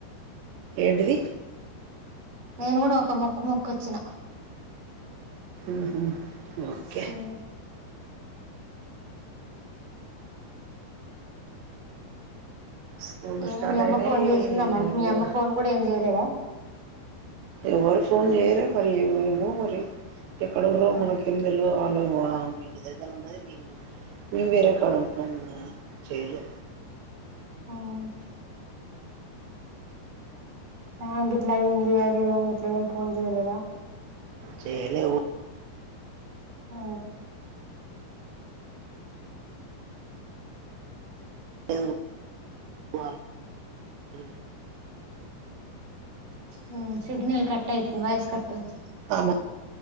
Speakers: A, on the right; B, on the right.
A: ఏంటిది
B: నేను కూడా ఒక మొక్క్క మొక్క్కొచ్చిన
A: మ్హ్ ఓకే
B: హ్మ్
A: స్కూల్
B: ఎంది
A: స్టార్ట్
B: మీ అమ్మ
A: అయినాయి
B: ఫోన్ చేసిందా మరి
A: ఇగ
B: మీ అమ్మ ఫోన్ కూడా ఏం చేయలేదా
A: ఎవరు ఫోన్ చేయలే మరి ఎమో మరి ఎక్కడుర్రో
B: ఆ
A: మనకి ఎమ్ తేల్వద్ అ <inaudible> ఇంటి దగ్ర ఉండదు మేముకుడ మేమ్ వేరేకాడ ఉంటమ్ ఇంగ చేయలే
B: హ్మ్ ఆ గిట్లా అయింది అది అ ఇట్లా ఏం ఫోన్ చేయలేద
A: చేయలే ఎవ
B: ఆ
A: <inaudible>
B: హ్మ్ సిగ్నల్ కట్ అయితుంది వయస్ కట్టయితుం
A: ఆమ